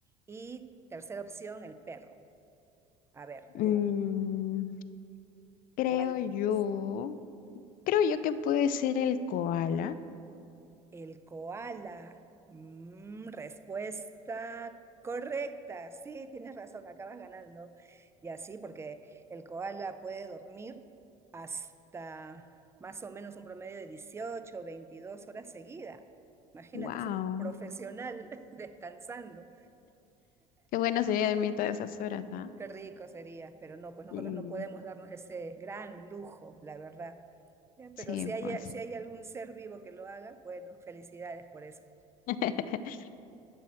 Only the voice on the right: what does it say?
y tercera opción el perro. A ver,
tú,
¿cuál de
ellos?
El koala. Mm, respuesta correcta. Sí, tienes razón, acabas ganando. Y así, porque el koala puede dormir hasta más o menos un promedio de 18 o 22 horas seguidas. Imagínate,
es un profesional <laughs> descansando.
Qué rico sería, pero no, pues nosotros
no podemos darnos ese gran lujo, la verdad. Ya,
Pero si hay,
si hay algún ser vivo que lo haga, bueno, felicidades por eso.